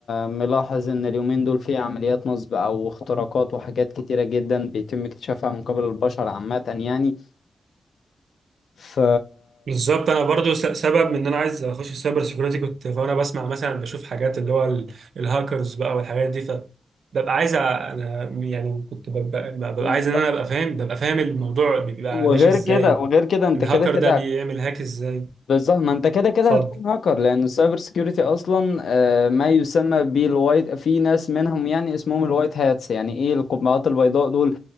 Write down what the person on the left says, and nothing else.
ملاحظ ان اليومين دول في عمليات نصب او اختراقات وحاجات كتيرة جدا بيتم اكتشافها من قبل البشر عامة يعني ف
يعني
وغير
كده وغير كده انت
كده كده
هت-
بالظبط ما انت كده كده
هتكون هاكر لان السايبر سيكيورتي اصلا آه، ما يسمى بالوايت في ناس منهم يعني اسمهم الوايت هاتس يعني ايه القبعات البيضاء دول